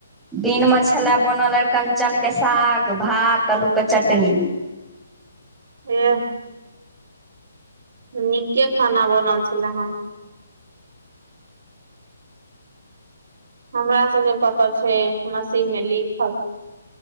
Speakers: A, in the centre; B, on the right.
A: दिन मे छला बनल कंचक के साग भात आलू के चटनी
B: एह नीके खाना बनल छलै हन हमरा सबके कतऽ छै मशी में लिखल